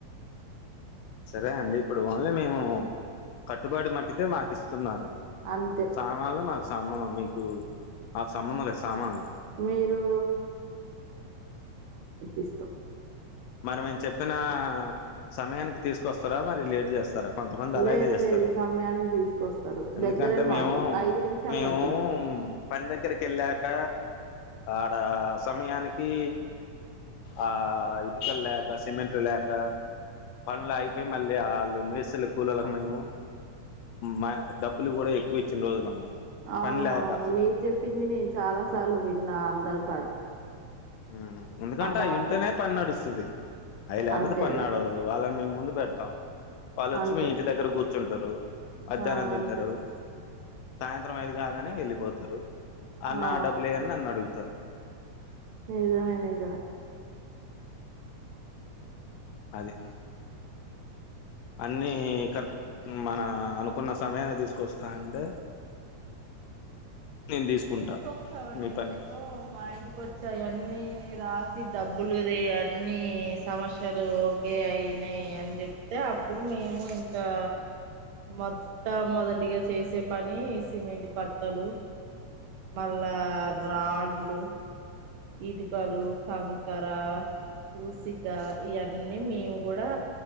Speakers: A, on the left; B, on the right.
A: సరే అండి ఇప్పుడు ఓన్లీ మేము కట్టుబడి మట్టుకే మాకు ఇస్తున్నారు
B: అంతే
A: సామాన్లు మాకు సంబ మీకు మాకు సంబంధం లేదు సామాన్లు
B: మీరు ఇస్తాం
A: మరి మేమ్ చెప్పిన సమయానికి తీసుకొస్తారా మరి లేట్ చేస్తారా కొంతమంది అలాగే
B: లేదు
A: చేస్తారు
B: లేదు సమయానికి తీసుకొస్తారు
A: ఎందుకంటే
B: దగ్గరే మాకు
A: మేము
B: ఐదు నిమిషాలు
A: మేము
B: పట్టింది
A: పని దగ్గరక్ కెళ్ళాక ఆడ సమయానికి ఆ ఇటికల్ లేక సిమెట్ లేక పన్లు అయిగీపోయి మళ్ళీ ఆళ్ళు మేస్త్రీలు కోళ్లకు మేము మా డబ్బులు కూడా ఎక్కువ ఇచ్చిన రోజులు కూడా ఉన్నాయి
B: అవునవును
A: పని లేక
B: మీరు చెప్పింది నేను చాలా సార్లు విన్నా అందరికాడ
A: ఉమ్ ఎందుకంటే
B: ఆ బాధలు
A: అయ్యుంటేనే పని నడుస్తది అయి లేకపోతే
B: అంతే
A: పన్నడువదు
B: అంతే
A: వాళ్ళని మేము ముందు పెడతాం వాల్లోచ్చి
B: అంతే
A: మీ ఇంటి దగ్గర కూర్చుంటరు మధ్యాహ్నం
B: ఆ
A: తింటరు
B: అంతే
A: సాయంత్రం ఐదు కాగానే వెళ్ళిపోతరు అన్న
B: ఆ
A: డబ్బులుయని అన్ను అడుగుతరు
B: నిజమే నిజమే
A: అది అన్నీ కర్ మన అనుకున్న సమయనికి తీసుకొస్తా అంటే నేను తీసుకుంటా
B: తీసుకొస్తామండి
A: మీ పని
B: మీరు మా ఇంటికొచ్చి ఆయన్ని రాసి డబ్బులుది అన్ని సమస్యలు ఓకే అయినాయి అని చెప్తే అప్పుడు మేము ఇంకా మొట్టమొదటిగా చేసే పని సిమెంట్ కట్టలు మళ్ళా రాడ్లు ఇటికలు కంకర ఊసిక ఇయన్నీ మేము కూడా